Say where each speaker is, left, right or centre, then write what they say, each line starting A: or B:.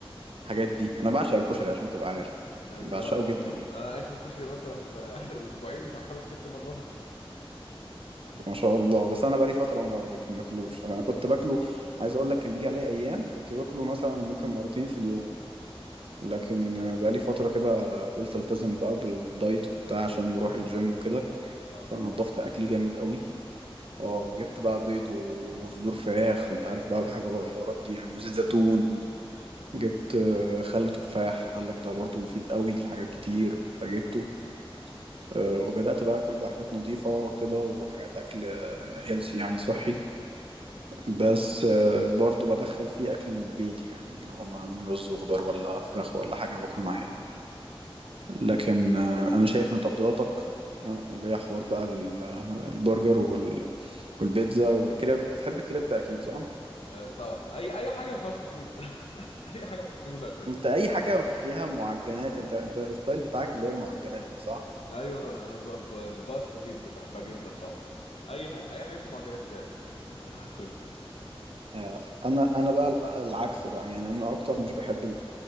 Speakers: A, on the right; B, on the left.
A: الحاجات دي انا بعشق الكشري عشان تبقى عارف
B: ده
A: بعشقه
B: وانا والله
A: جدا يعني
B: انا اكل الكشري مثلا في اخر اسبوعين بتاع خمس ست مرات
A: ما شاء الله بس انا بقالي فتره ما باك- ما باكلوش انا كنت باكله عايز اقول لك كان بيجي عليا ايام كنت باكله مثلا ممكن مرتين في اليوم لكن
B: مم.
A: آه، بقالي فتره كده قلت التزم بقى بالدايت وبتاع عشان بروح الجيم وكده
B: اه
A: فنضفت اكلي جامد قوي اه وجبت بقى بيض وصدور فراخ وانت عارف بقى الحاجه والحوارات دي يعني وزيت زيتون جبت آه، خل تفاح قال لك ده برضه مفيد قوي لحاجات كتير فجبته آه، وبدأت بقى أكل بقى حاجات نظيفة كده وحاجات أكل هيلثي يعني صحي بس آه، برضو بدخل فيه أكل البيت يعني لو هم عاملين رز وخضار ولا فراخ ولا حاجة باكل معايا يعني. لكن آه، أنا شايف إن تفضيلاتك آه، اللي هي حوار بقى ال- البرجر وال- والبيتزا والكريب بتحب الكريب أكيد صح؟
B: آه، طبعا اي اي حاجه فاست فود <laughs> اي حاجه فاست فود اكلها
A: أنت أي حاجة فيها معجنات أنت أنت الستايل بتاعك اللي هو المعجنات ده صح؟
B: ايوه انا انا ب... ب... الباستا جدا بحبها جدا طبعا اي ح... اي حاجه في معجنات فعلا <laughs> هاكل
A: آه، أنا أنا بقى العكس بقى يعني أنا أكتر مش بحب